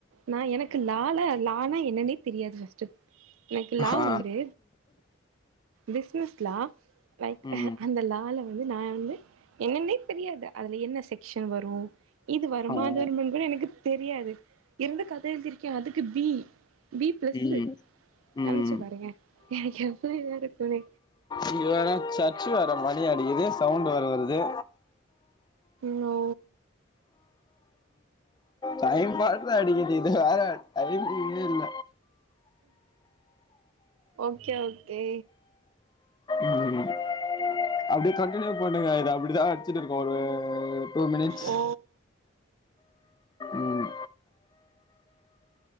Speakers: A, on the right; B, on the left.
A: நா எனக்கு லால லானா என்னனே தெரியாது ஃப ஸ்ட் எனக்கு லா
B: ஆ
A: வந்து பிஸ்னஸ் லா லைக்
B: ம்
A: அந்த லால வ ந்து நா வந்து என்னனே தெரியாது அதுல என்ன செக்சன் வரு இது வருமா
B: ஆ ம்
A: அதுவருமான்னு கூட எனக்கு தெரியாது இருந்து கத எழுதிருக்கே அதுக்கு பி பி பிளஸ்ஸு
B: ம் ம்
A: நெனச்சு பாருங்க எனக்கு எவ்ளோ இதா இருக்குனு
B: இங்க வேற சர்ச்சு வேற விளையாடியது சவுண்ட் வேற வருது
A: னோ
B: டைம் பாத்து அடிக்கிது இது வேற டைமிங்கே இல்ல
A: ஓகே ஓகே
B: ம் அப்டியே கண்டினியூ பண்ணுங்க இது அப்டிதா அடிச்சுட்டு இருக்கு ஒரு டூ மினிட்ஸ்
A: ஓ
B: ம்